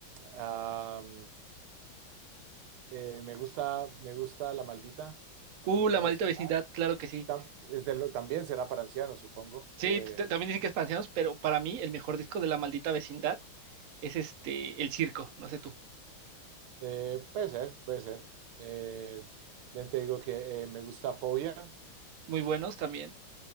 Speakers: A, on the right; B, on the right.
A: am, eh, me gusta, me gusta La Maldita, La
B: Uh,
A: Maldita
B: La Maldita
A: Vecindad.
B: Vecindad, claro que sí.
A: Tam- es de lo- también será para ancianos, supongo.
B: Sí,
A: Eh,
B: t- t- también dicen que es para ancianos, pero para mí el mejor disco de La Maldita Vecindad es este, El Circo, no sé tú.
A: Eh, puede ser, puede ser. Eh, ven, te digo que eh, me gusta Fobia,
B: Muy buenos también.